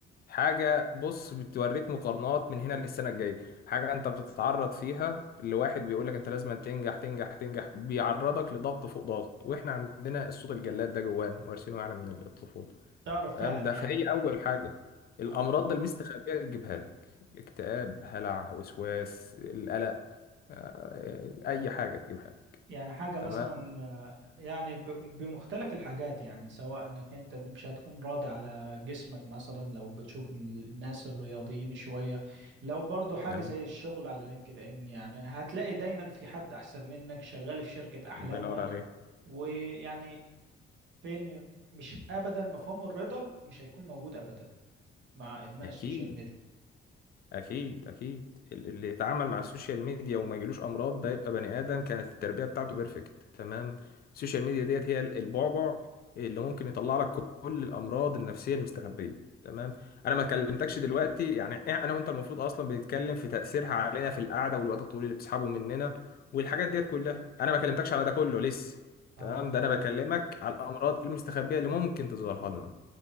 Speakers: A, on the left (about 50°); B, on the right (about 70°).
A: حاجه بص بتوريك مقارنات من هنا للسنه الجايه حاجه انت بتتعرض فيها لواحد بيقول لك انت لازم تنجح تنجح تنجح بيعرضك لضغط فوق ضغط واحنا عندنا الصوت الجلاد ده جوانا وارثينه يعني من الطفوله
B: تعرف
A: تمام
B: فعلا يعني
A: ده فهي اول حاجه الامراض
B: اه
A: المستخبيه تجيبها لك الاكتئاب هلع وسواس القلق آه، اي حاجه تجيبها لك
B: يعني حاجة مثلا
A: تمام
B: آه، يعني ب- بمختلف الحاجات يعني سواء انك انت مش هتكون راضي على جسمك مثلا لو بتشوف إن الناس الرياضيين شوية لو برضو حاجة
A: جميل
B: زي الشغل على لينكد ان يعني هتلاقي دايما في حد احسن منك شغال في شركة احلامك
A: الله ينور عليك
B: ويعني فين مش ابدا مفهوم الرضا مش هيكون موجود ابدا مع ادمان
A: اكيد
B: السوشيال ميديا
A: اكيد اكيد ال- اللي يتعامل مع السوشيال ميديا وما يجيلوش امراض ده يبقى بني ادم كانت التربيه بتاعته بيرفكت تمام السوشيال ميديا ديت هي ال- البعبع اللي ممكن يطلع لك كل الامراض النفسيه المستخبيه تمام انا ما كلمتكش دلوقتي يعني إيه- انا وانت المفروض اصلا بنتكلم في تاثيرها علينا في القعده والوقت الطويل اللي بتسحبه مننا والحاجات ديت كلها انا ما كلمتكش على ده كله لسه
B: اه
A: تمام ده انا بكلمك
B: طب
A: على الامراض المستخبيه اللي ممكن تظهرها لنا